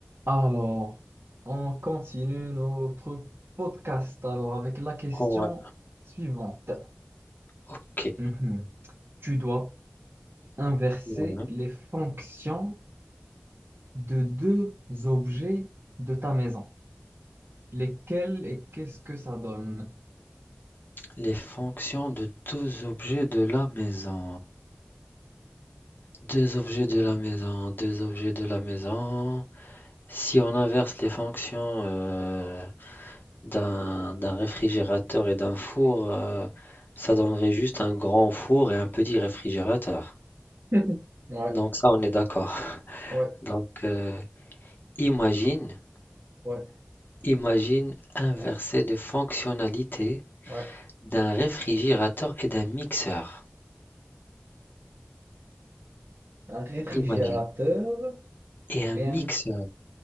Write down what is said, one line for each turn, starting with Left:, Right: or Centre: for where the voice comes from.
Right: Alors, on continue notre podcast. Alors, avec la question
Left: Ouais,
Right: suivante.
Left: Ok.
Right: Mhm. Tu dois inverser
Left: ouais.
Right: les fonctions de deux objets de ta maison. Lesquels et qu'est-ce que ça donne?
Left: Les fonctions de deux objets de la maison. Deux objets de la maison, deux objets de la maison. Si on inverse les fonctions euh, d'un d'un réfrigérateur et d'un four, euh, ça donnerait juste un grand four et un petit réfrigérateur.
Right: <laughs> Ouais,
Left: Donc ça, on est d'accord. <laughs>
Right: ouais,
Left: Donc euh, imagine,
Right: ouais,
Left: imagine inverser
Right: ouais,
Left: les fonctionnalités
Right: ouais.
Left: d'un réfrigérateur et d'un mixeur.
Right: Un réfrigérateur
Left: Imagine. Et un
Right: et
Left: mixeur.
Right: un...